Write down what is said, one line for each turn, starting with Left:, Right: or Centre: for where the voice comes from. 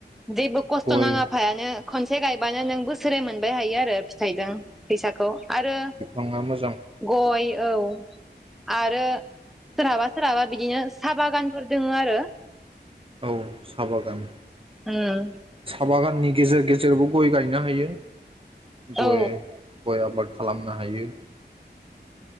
Centre: जेबो खस्थ
Right: गय
Centre: नांङा फायानो खनसे गायबानो नों बोसोरै मोनबाय हायो आरो फिथाइजों फैसाखौ आरो
Right: ङा मोजां
Centre: गय औ आरो सोरहाबा सोरहाबा बिदिनो साहा बागानफोर दंङ आरो
Right: औ साहा बागान
Centre: ओम
Right: साहा बागाननि गेजेर गेजेरावबो गय गायनो हायो। गय
Centre: औ
Right: गय आबाद खालामनो हायो